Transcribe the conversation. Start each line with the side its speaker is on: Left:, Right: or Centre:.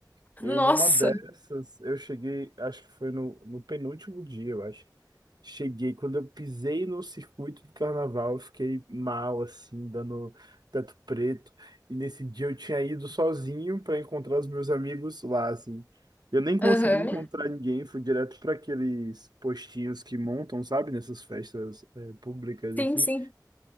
Right: E
Left: Nossa.
Right: aí, numa dessas, eu cheguei, acho que foi no, no penúltimo dia, eu acho. Cheguei, quando eu pisei no circuito do carnaval, eu fiquei mal, assim, dando teto preto. E nesse dia eu tinha ido sozinho para encontrar os meus amigos lá, assim. Eu nem consegui
Left: Aham.
Right: encontrar ninguém, fui direto para aqueles postinhos que montam, sabe, nessas festas eh, públicas, assim.
Left: Sim, sim.